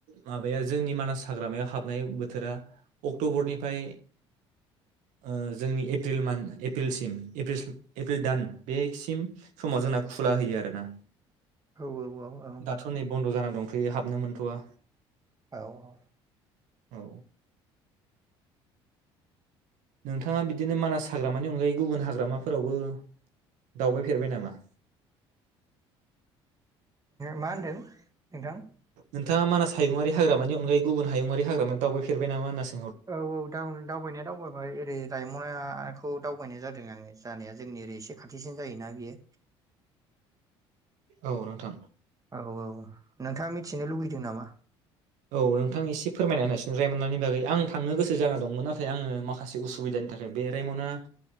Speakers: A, on the right; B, on the right.
A: माबाया जोंनि मानास हाग्रामायाव हाबनाय बोथोरा अक्ट'बरनिफ्राय ओ जोंनि एप्रिल मान्त एप्रिलसिम एप्रिलस-एप्रिल दान बेसिम समाव जोंना खुला होयो आरोना।
B: औ औ औ औ।
A: दाथ' नै बन्द' जाना दंथयो हाबनो मोनथ'आ।
B: औ औ औ।
A: औ। नोंथाङा बिदिनो मानास हाग्रामानि अनगायै गुबुन हाग्रामाफोरावबो दावबायफेरबाय नामा?
B: मा होनदों? नोंथां
A: नोंथाङा मानास हायुंङारि हाग्रामानि अनगायै गुबुन हायुंङारि हाग्रामा दावबायफेरबाय नामा होना सों
B: औ औ दाव-दावबायनाया दावबायबाय ओरै रायमनाखौ दावबायनाय जादों आंङो जानाया। जोंनि ओरै एसे खाथिसिन जायोना बियो।
A: औ नोंथां।
B: औ औ नोंथाङा मिथिनो लुबैदों नामा?
A: औ नोंथां एसे फोरमायना होनाय रायम'नानि बागै आं थांनो गोसो जाना दंमोन नाथाय आंङो माखासे उसुबिदानि थाखाय बे रायमना